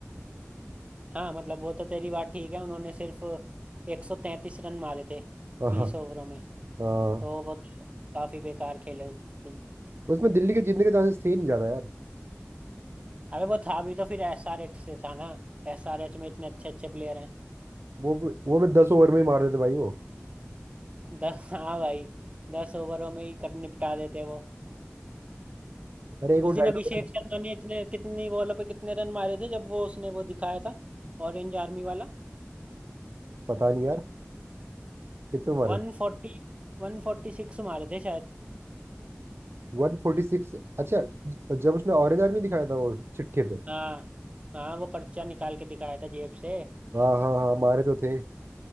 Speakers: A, on the right; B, on the right.
A: हाँ मतलब वो तो तेरी बात ठीक है उन्होंने सिर्फ 133 रन मारे थे
B: हाँ
A: बीस
B: हाँ
A: ओवरों में
B: हाँ।
A: तो वो तो काफी बेकार खेले उस दिन
B: उसमें दिल्ली के जीतने के चांसेस थे ही नहीं ज्यादा यार
A: अबे वो था भी तो फिर एसआरएच से था ना एसआरएच में इतने अच्छे अच्छे प्लेयर हैं
B: वो वो मैं दस ओवर में ही मार देते भाई वो
A: दस हाँ भाई दस ओवरों में ही कर निपटा देते वो
B: अरे एक वो
A: उस दिन
B: डायलॉग
A: अभिषेक शर्मा ने इतने कितनी बॉलों पे कितने रन मारे थे जब वो उसने वो दिखाया था ऑरेंज आर्मी वाला
B: पता नहीं यार कितने मारे
A: वन फोर्टी वन फोर्टी सिक्स मारे थे शायद
B: वन फोर्टी सिक्स अच्छा ज- जब उसने ऑरेंज आर्मी दिखाया था वो चिट्ठी पे
A: हाँ हाँ वो पर्चा निकाल के दिखाया था जेब से
B: हाँ हाँ हाँ मारे तो थे